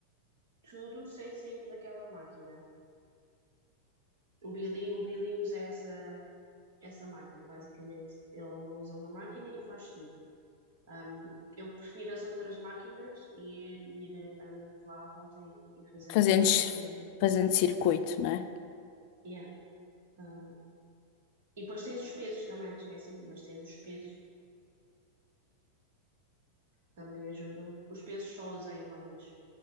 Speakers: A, on the right; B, on the left.
A: tudo sem sair daquela máquina. O Billy, o Billy usa essa, essa máquina, basicamente. Ele usa uma máquina e faz tudo. Um, eu prefiro as outras máquinas e ir, ir andando de lá à volta e, e fazer
B: Fazendo,
A: outras
B: ci-
A: máquinas diferentes.
B: fazendo circuito, né?
A: Yeah. Uh, e depois tens os pesos também, esqueci, mas tens os pesos, também ajudam. Os pesos só usei uma vez.